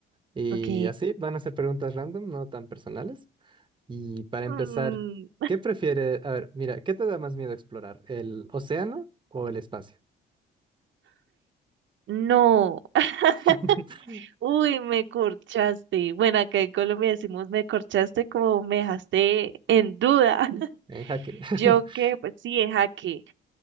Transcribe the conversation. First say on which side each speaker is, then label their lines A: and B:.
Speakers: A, on the right; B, on the right.
A: Y
B: Ok.
A: así van a ser preguntas random, no tan personales. Y para empezar,
B: Mm,
A: ¿qué prefiere? A ver, mira, ¿qué te da más miedo explorar? ¿El océano o el espacio?
B: no. <laughs>
A: <laughs>
B: Uy, me corchaste. Bueno, acá en Colombia decimos me corchaste como me dejaste en duda. <laughs>
A: En jaque.
B: Yo
A: <laughs>
B: que, pues sí, es jaque.